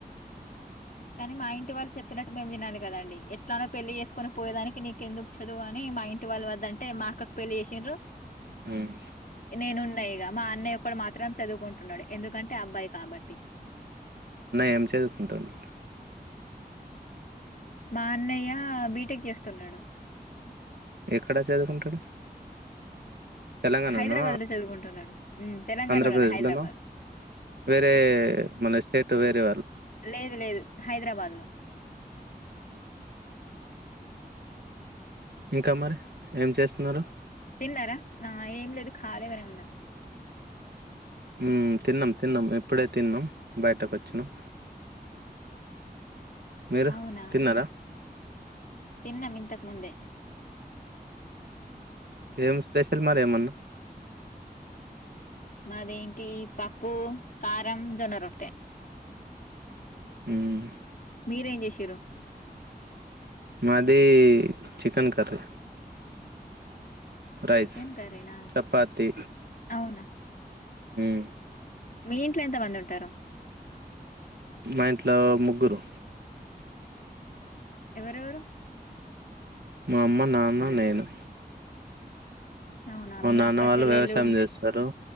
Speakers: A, on the left; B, on the right.
A: కానీ మా ఇంటి వాళ్ళు చెప్పినట్టు మేము వినాలి కదండి ఎట్లానో పెళ్ళి చేసుకునే పోయేదానికి నీకెందుకు చదువు అని మా ఇంటి వాళ్ళ వద్దంటే మా అక్కకు పెళ్ళి చేసిన్రు
B: ఉమ్.
A: నేను ఉన్నా ఇగ మా అన్నయ్య ఒక్కడు మాత్రం చదువుకుంటున్నాడు ఎందుకంటే అబ్బాయి కాబట్టి
B: ఏం చదువుకుంటుండు
A: మా అన్నయ్య బీటెక్ చేస్తున్నాడు
B: ఎక్కడా చదువుకుంటాడు తెలంగాణనో
A: హైదరాబాద్ లో చదువుకుంటున్నాడు తెలంగాణలోనే
B: ఆంధ్రప్రదేశ్లోనో
A: హైదరాబాద్
B: వేరే మన స్టేట్ వేరే వాళ్ళు
A: లేదు లేదు హైదరాబాద్లో
B: ఇంకా మరి ఏం చేస్తున్నారు
A: తిన్నారా నా ఏం లేదు ఖాళీగానే ఉన్న
B: మ్మ్ తిన్నాం తిన్నాం ఇప్పుడే తిన్నాం బయటకు వచ్చినాం మీరు
A: అవునా!
B: తిన్నారా
A: తిన్నాం ఇంతకు ముందే
B: ఏం స్పెషల్ మరి ఏమన్నా
A: అదేంటి పప్పు కారం జొన్న రొట్టె
B: మ్మ్
A: మీరేం చేసి సిరు
B: మాది చికెన్ కర్రీ రైస్
A: చికెన్ కర్రీనా?
B: చపాతి
A: అవునా!
B: హమ్
A: మీ ఇంట్లో ఎంత మంది ఉంటారు
B: మా ఇంట్లో ముగ్గురు
A: ఎవరెవరు
B: మా అమ్మ నాన్న నేను
A: అవునా!
B: మా
A: మీ
B: నాన్న
A: అక్క,
B: వాళ్ళు
A: చెల్లెళ్ళు
B: వ్యవసాయం చేస్తారు